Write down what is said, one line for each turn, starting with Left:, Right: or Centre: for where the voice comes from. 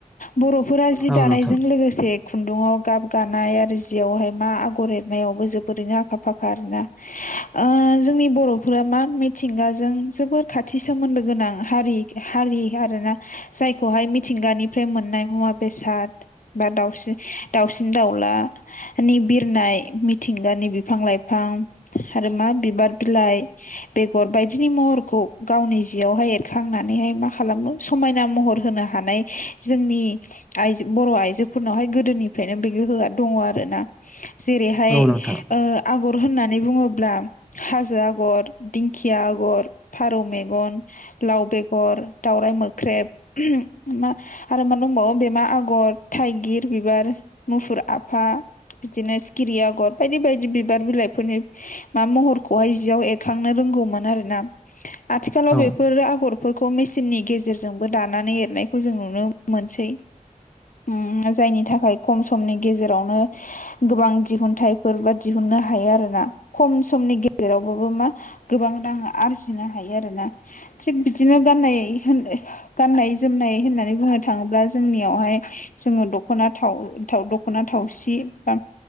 Left: बर'फोरा जि
Centre: औ
Left: दानायजों
Centre: नोंथां
Left: लोगोसे खुन्दुङाव गाब गानाय आरो जियावहाय मा आगर एरनायावबो जोबोरैनो आखा फाखा आरोना। ओ जोंनि बर'फोरा मा मिथिंगाजों जोबोर खाथि सोमोन्दो गोनां हारि हारि आरोना जायखौहाय मिथिंगानिफ्राय मोननाय मुवा बेसाद बा दाउसिन दाउसिन दाउला नि बिरनाय मिथिंगानि बिफां लाइफां आरो मा बिबार बिलाइ बेगर बायदिनि महरखौ गावनि जियावहाय एरखांनानैहाय मा खालामो समायना महर होनो हानाय जोंनि आइजो बर' आइजो फोरनावहाय गोदोनिफ्रायनो बेखौ होआ दङ आरोना जेरैहाय
Centre: औ नोंथां
Left: ओ आगर होनना नै बुङोब्ला हाजो आगर दिंखिया आगर फारौ मेगन, लाव बेगर दाउराय मोख्रेब मा आरो मा दंबावो बेमा आगर थाइगिर बिबार, मुफुर आफा बिदिनो सिखिरि आगर बायदि बायदि बि बार बिलाइफोरनि मा महरखौहाय जियाव एरखांनो रोंगौमोन आरोना। आथिखालाव
Centre: औ
Left: बेफोर आगरफोर खौ मेचिननि गेजेरजोंबो दानानै एरनायखौ जों नुनो मोनसै। उम जायनि थाखाय खम समनि गेजेरावनो गोबां दि दिहुनथाइफोर बा दिहुननो हायो आरोना खम समनि गेजेरावबाबो मा गोबां रां आरजिनो हायो आरोना थिग बिदिनो गाननाय होनदो गाननाय जोमनाय होननानै बुंनो थाङोब्ला जोंनियावहाय जोङो दखना थाव थाव दखना थावसि बा